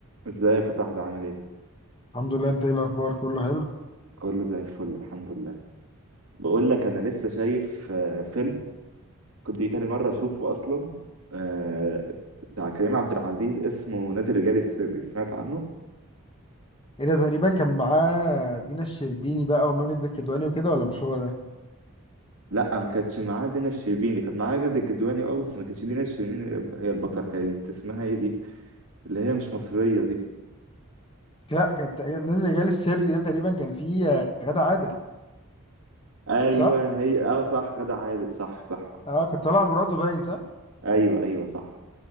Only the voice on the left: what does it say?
الحمد لله انت ايه الاخبار كله حلو
ايه ده تقريبا كان معاه دينا الشربيني بقى وماجد الكدواني وكده ولا مش هو ده
لا كان تقريبا نادي الرجال السري ده تقريبا كان فيه آه، غادة عادل
صح
اه كان طالع مراته باين صح